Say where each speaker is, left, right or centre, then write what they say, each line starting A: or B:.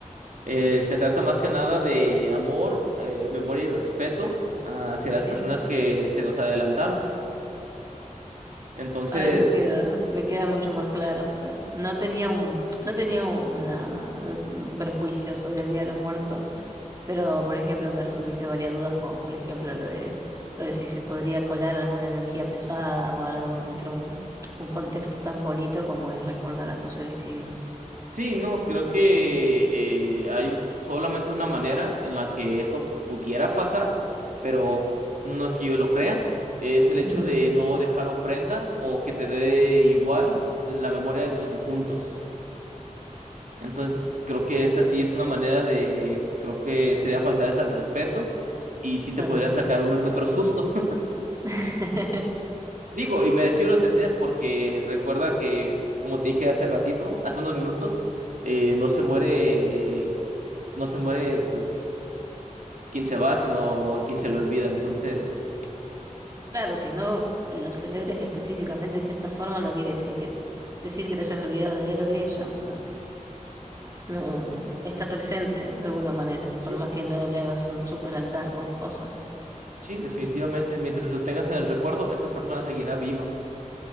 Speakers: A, on the right; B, on the right.
A: Eh, se trata más que nada de amor, eh, memoria y respeto hacia las
B: sí.
A: personas que se nos adelantaron. Entonces,
B: Ahora me queda, me queda mucho más claro. O sea, no tenía un, no tenía una, un prejuicio sobre el Día de los Muertos, pero por ejemplo me resolviste varias dudas, como por ejemplo lo de, lo de si se podría colar alguna energía pesada o algo entre un, un contexto tan bonito como es recordar a tus seres queridos.
A: sí, no, creo que eh, hay solamente una manera en la que eso pudiera pasar, pero no es que yo lo crea. Es el hecho
B: Ujú,
A: de no dejar ofrenda o que te dé igual la memoria de tus difuntos. Entonces, creo que esa sí es una manera de, creo que sería faltarles al respeto y sí te
B: claro.
A: podrían sacar uno que otro susto. <laughs>
B: <laughs>
A: Digo, y merecido los tendrías porque recuerda que, como te dije hace ratito, hace unos minutos, eh, no se muere, no se muere pues quien se va, sino a quien se lo olvida. Entonces,
B: Claro, que no lo celebres específicamente de cierta forma no quiere decir que decir que te hayas olvidado de él o ella. o sea, no está presente de alguna manera,
A: sí,
B: por más que no le hagas un super altar con cosas.
A: sí, definitivamente, mientras lo tengas en el recuerdo, esa persona seguirá viva.